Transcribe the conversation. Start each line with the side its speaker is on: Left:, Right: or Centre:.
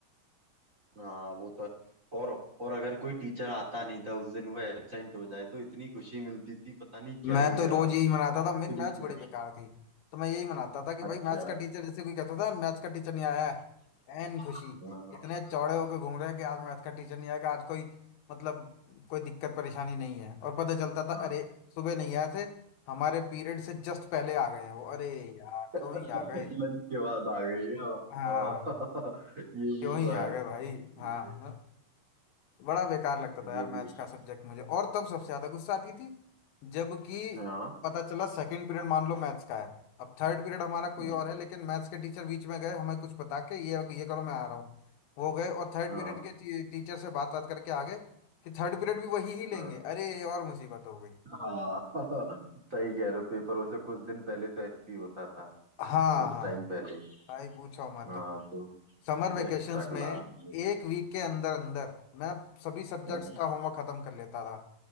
Right: हाँ वो तो है। और और अगर कोई टीचर आता नहीं था उस दिन वो एब्सेंट हो जाए तो इतनी खुशी मिलती थी पता नहीं क्या
Left: मैं
Right: ही
Left: तो
Right: है
Left: रोज
Right: आज
Left: यही मनाता था मेरी
Right: फिर
Left: मैथ्स
Right: इसी-
Left: बड़ी बेकार थी तो मैं यही मनाता था कि भाई
Right: अच्छा
Left: मैथ्स का टीचर जैसे कोई कहता था मैथ्स का टीचर नहीं आया है एन खुशी
Right: हाँ
Left: इतने चौड़े होकर घूम रहे हैं कि आज मैथ्स का टीचर नहीं आएगा आज कोई मतलब कोई दिक्कत परेशानी नहीं है और पता चलता था
Right: हाँ।
Left: अरे सुबह नहीं आए थे हमारे पीरियड से जस्ट पहले आ गए हैं वो अरे यार क्यों
Right: लंच
Left: ही आ गए
Right: के बाद आ गई है। हाँ।
Left: हाँ
Right: ये
Left: क्यों
Right: भी
Left: ही
Right: हुआ
Left: आ
Right: है
Left: गए भाई
Right: इसमें
Left: हाँ हाँ। बड़ा बेकार लगता था
Right: ये
Left: यार मैथ्स
Right: भी हुआ
Left: का सब्जेक्ट मुझे और तब सबसे ज्यादा गुस्सा आती थी जबकि
Right: है। हाँ
Left: पता चला सेकंड पीरियड मान लो मैथ्स का है अब थर्ड पीरियड हमारा
Right: हम्म,
Left: कोई और है लेकिन मैथ्स के टीचर बीच में गए हमें कुछ बता के ये ये करो मैं आ रहा हूँ वो गए और थर्ड
Right: हाँ
Left: पीरियड के टी, टीचर से बात बात करके आ गए कि थर्ड पीरियड भी वही ही लेंगे
Right: हाँ
Left: अरे ये और मुसीबत हो गई
Right: हाँ सही कह रहे हो पेपरों से कुछ दिन पहले तो ऐसे ही होता था
Left: हाँ
Right: कुछ
Left: हाँ
Right: टाइम पहले
Left: भाई पूछो मत
Right: हाँ तो
Left: समर वेकेशंस
Right: एक्स्ट्रा क्लास
Left: में एक वीक के अंदर अंदर मैं सभी सब्जेक्ट्स
Right: हम्म
Left: का होमवर्क खत्म कर लेता था